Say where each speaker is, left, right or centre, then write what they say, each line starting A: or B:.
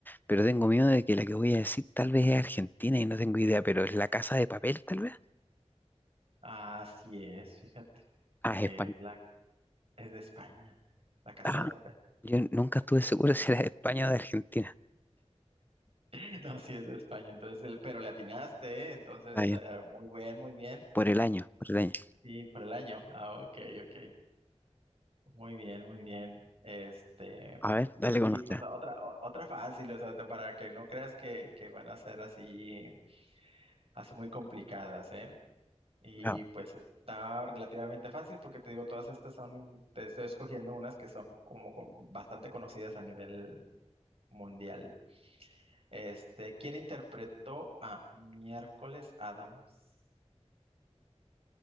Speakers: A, on the left; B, on the right.
A: pero tengo miedo de que la que voy a decir tal vez es argentina y no tengo idea, pero es La Casa de Papel tal vez.
B: Ah, Así es, fíjate,
A: Ah,
B: que
A: es
B: es la es de España, La Casa
A: Ah,
B: de Papel.
A: yo nunca estuve seguro <laughs> si era de España o de Argentina.
B: <laughs> No, sí es de España, entonces, el- pero le atinaste, ¿eh? entonces,
A: Está bien,
B: eh, muy bien, muy bien.
A: por el año, por el año.
B: Sí, por el año. Ah, ok, ok. Muy bien, muy bien. Este,
A: A ver, dale
B: y
A: con otra.
B: pues otra, o- otra fácil, o sea, te- para que no creas que, que van a ser así, así muy complicadas, ¿eh? Y
A: Vamos.
B: pues está relativamente fácil porque te digo, todas estas son, te estoy escogiendo unas que son como con- bastante conocidas a nivel mundial. Este, ¿quién interpretó a Miércoles Adams?